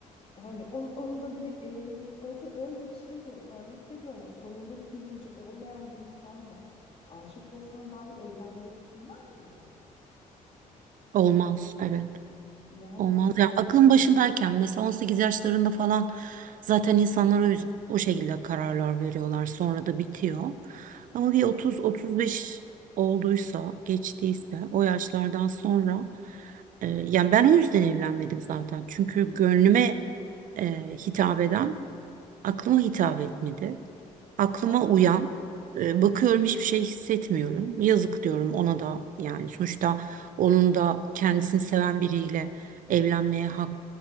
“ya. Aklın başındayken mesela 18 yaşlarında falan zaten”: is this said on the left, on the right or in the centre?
Right